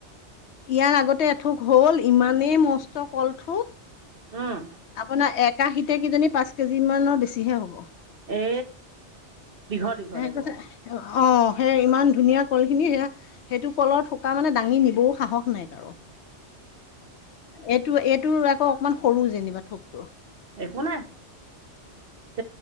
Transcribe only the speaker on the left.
ইয়াৰ আগতে এথোক হল ইমানেই মস্ত কলথোক
আপোনাৰ এককাশীতে কিজানি পাঁচ কেজি মানৰ বেছিহে হ'ব।
কৈছে অ, সেই ইমান ধুনীয়া কলখিনি সেয়া সেইটো কলৰ থোকা মানে দাঙি নিবও সাহস নাই কাৰো। এইটো - এইটোৰ আকৌ অকমান সৰু যেনিবা থোকটো